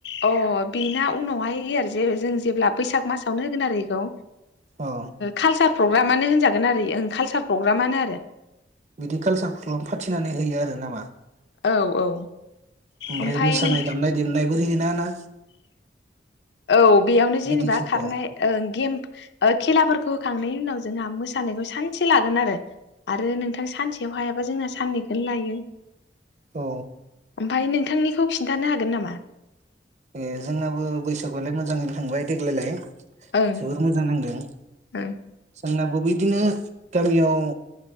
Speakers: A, on the left (about 75°); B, on the right (about 40°).
A: अ बेना उनावहाय जे जों जेब्ला बैसाग मासावनो होगोन आरो बेखौ।
B: अ
A: खालसार प्रग्रामानो होनजागोन आरो कालसार प्रग्रामानो आरो
B: बिदि कालसार <unintelligible> फाथिनानै होयो आरो नामा?
A: औ औ।
B: ओमफ्राय
A: ओमफाय
B: मोसानाय
A: नों
B: दामनाय-देनाय <unintelligible> ना ना
A: औ। बेयावनो जेनेबा
B: बिदिखो होफाया
A: खारनाय गेम खेलाफोरखौ होखांनायनि उनाव जोंहा मोसानायखौ सानसे लागोन आरो आरो नोंथां सानसेयाव हायाबा जोंहा साननैखौनो लायो।
B: औ।
A: ओमफाय नोंथांनिखौ खिन्थानो हागोन नामा?
B: ए जोंनाबो बैसागुआलाय मोजाङैनो थांबाय देग्लायलाय।
A: ओं
B: जोबोर मोजां नांदों।
A: ओं
B: जोंनाबो बिदिनो गामियाव